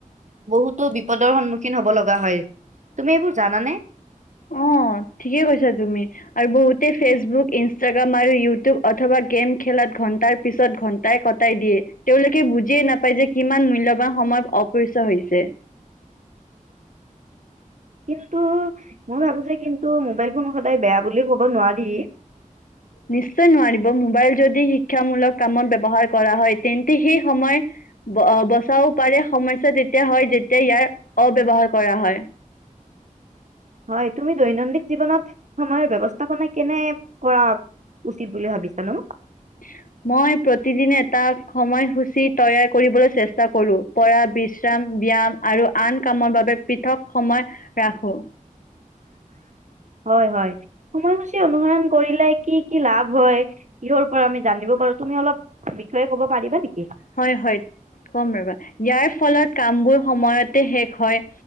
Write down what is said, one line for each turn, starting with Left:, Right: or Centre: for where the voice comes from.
Right: বহুতো বিপদৰ সন্মুখীন হ'ব লগা হয়। তুমি এইবোৰ জানানে!
Left: অ', ঠিকে কৈছা তুমি। আৰু বহুতে ফেচবুক, ইনষ্টাগ্ৰাম আৰু ইউটিউব অথবা গেম খেলাত ঘণ্টাৰ পিছত ঘণ্টাই ক টাই দিয়ে, তেওঁলোকে বুজিয়ে নাপায় যে কিমান মূল্যবান সময় অপচয় হৈছে।
Right: কিন্তু মই ভাবো যে কিন্তু মোবাইল ফোন সদায় বেয়া বুলি ক'ব নোৱাৰি।
Left: নিশ্চয় নোৱাৰিব, মোবাইল যদি শিক্ষামূলক কামত ব্যৱহাৰ কৰা হয়। তেন্তে সেই সময় অ, বচাব পাৰি সমস্যা তেতিয়া হয়, যেতিয়া ইয়াৰ অব্যৱহাৰ কৰা হয়।
Right: হয়, তুমি দৈনন্দিন জীৱনত সময়ৰ ব্যৱস্থাপনা কেনে হোৱা উচিত বুলি ভাবিছা নো?
Left: <inaudible> মই প্ৰতিদিনে এটা সময়সূচী তৈয়াৰ কৰিবলৈ চেষ্টা কৰো, পৰা বিশ্ৰাম, ব্যায়াম আৰু আন কামৰ বাবে পৃথক সময় ৰাখোঁ।
Right: হয়, হয়, সময়সূচী অনুসৰণ কৰিলে কি কি লাভ হয়? কিহৰ ওপৰত আমি জানিব পাৰো, তুমি অলপ বিষয়ে ক'ব পাৰিবা নেকি!
Left: হয়, হয়, কম ৰ'বা। ইয়াৰ ফলত কামবোৰ সময়তে শেষ হয়।